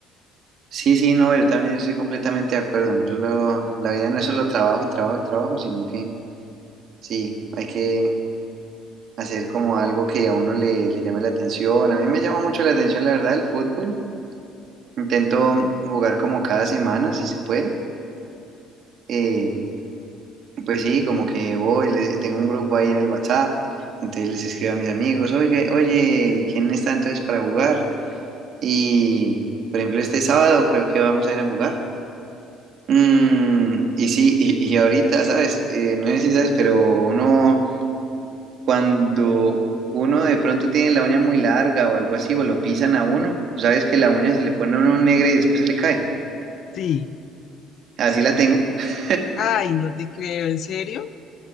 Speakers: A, on the right; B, on the left.
A: sí, sí, no, yo también estoy completamente de acuerdo. No solo, la vida no es solo trabajo y trabajo y trabajo, sino que sí, hay que hacer como algo que a uno le, le llame la atención. A mí me llama mucho la atención, la verdad, el fútbol. Intento jugar como cada semana, si se puede. Eh, pues sí, como que voy, le- tengo un grupo ahí en el WhatsApp, entonces les escribo a mis amigos, oye, oye, ¿quién está entonces para jugar? Y, por ejemplo, este sábado creo que vamos a ir a jugar. Mm, y sí, y, y ahorita, ¿sabes? Eh, no sé si sabes, pero uno, cuando uno de pronto tiene la uña muy larga o algo así, o lo pisan a uno, sabes que la uña se le pone a uno negra y después se le cae.
B: Sí,
A: Así la tengo. <laughs>
B: Ay, no te creo, ¿en serio?